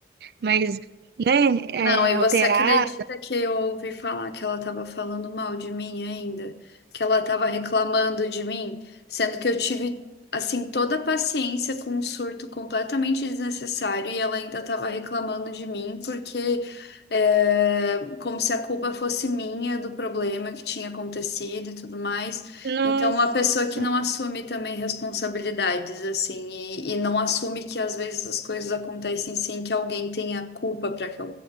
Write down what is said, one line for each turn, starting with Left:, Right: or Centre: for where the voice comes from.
Right: mais, né, é,
Left: Não, e
Right: alterada.
Left: você acredita que eu ouvi falar que ela estava falando mal de mim ainda? Que ela estava reclamando de mim? Sendo que eu tive, assim, toda a paciência com um surto completamente desnecessário e ela ainda estava reclamando de mim porque, é, como se a culpa fosse minha do problema que tinha acontecido e tudo mais.
Right: Nossa,
Left: Então, uma pessoa que não assume também responsabilidades, assim, e, e não assume que às vezes as coisas acontecem sem que alguém tenha culpa para que